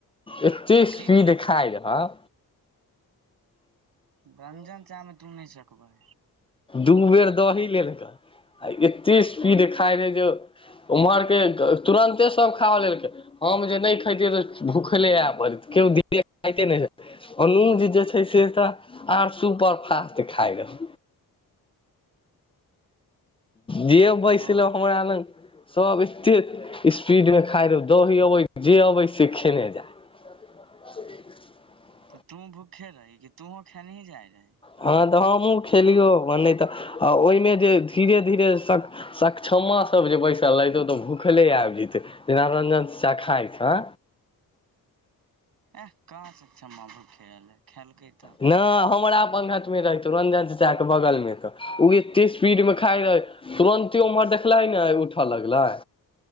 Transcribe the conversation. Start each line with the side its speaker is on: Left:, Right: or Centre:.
Left: एते
Right: तऽ की
Left: स्पीड
Right: करतै
Left: खाय रह
Right: व्यंजन चाहमे तुम नहि सकबै
Left: दू बेर दही लेलकय आ एते स्पीड खाय रहे जे ओम्हरके तुरन्ते सब खा लेलकै हम जे नहि खैतियै तऽ भूख दी खाये अनुज जे छै से तऽ आर सुपर फास्ट खाय रह जे बैसलहु
Right: ओ
Left: हमरा लग सभ एते स्पीड में खाइ रह दही अबै जे अबै से खेने जाय <inaudible>
Right: तऽ तूँ भूक्खे रही कि तोहू खेनही जाइ रही
Left: हँ तऽ हमहूँ खेलियौ म नहि तऽ आ ओहिमे जे धीरे धीरे सक्षमा सब जे बैसल लेते तऽ भूखले आबि जतै जेना रंजन चखाय छै
Right: एह काँ चक्ष म भ खेलल खेलकै तऽ
Left: न हमरा पख मे रहै तौ रंजन चचा के बगल मे तऽ ओ एते स्पीड मे खाइ रहै तुरन्तो ओम्हर देखलै ने उठऽ लगलै